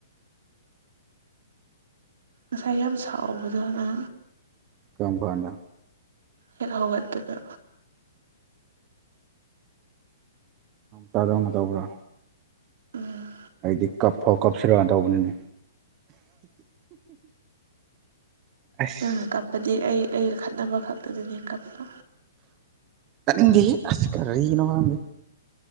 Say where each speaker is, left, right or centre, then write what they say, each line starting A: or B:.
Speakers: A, on the right (about 60°); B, on the right (about 20°).
A: ꯉꯁꯥꯏ ꯌꯥꯝ ꯁꯥꯎꯕꯗꯅ
B: ꯀꯝ ꯐꯥꯟꯗ
A: ꯍꯦꯛ ꯍꯧꯒꯠꯄꯗ
B: ꯇꯥꯔꯗ ꯅ ꯇꯧꯕꯔ
A: ꯎꯝ
B: ꯑꯩꯗꯤ ꯀꯞꯐꯥꯎ ꯀꯞꯁꯤꯔꯣꯅ ꯇꯧꯕꯅꯤꯅꯦ ꯑꯁ
A: ꯅꯪꯅ ꯀꯞꯄꯗꯤ ꯑꯩ ꯑꯩꯒ ꯈꯠꯅꯕ ꯈꯛꯇꯨꯗꯅꯦ ꯀꯞꯄꯣ
B: ꯇꯅꯤꯡ ꯍꯗꯤ ꯑꯁ ꯀꯔꯅ ꯋꯥꯃꯤ